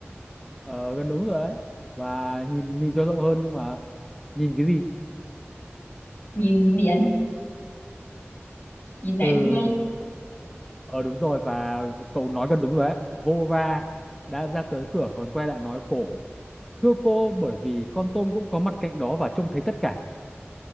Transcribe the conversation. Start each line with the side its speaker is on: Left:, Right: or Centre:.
Centre: ờ, gần đúng rồi đấy. Và nhìn nhìn cho rộng hơn nhưng mà nhìn cái gì?
Left: nhìn biển nhìn đại
Centre: Ừ,
Left: dương
Centre: ờ đúng rồi và cậu nói gần đúng rồi đấy. Vova đã ra tới cửa còn quay lại nói cổ Thưa cô, bởi vì con tôm cũng có mặt cạnh đó và trông thấy tất cả.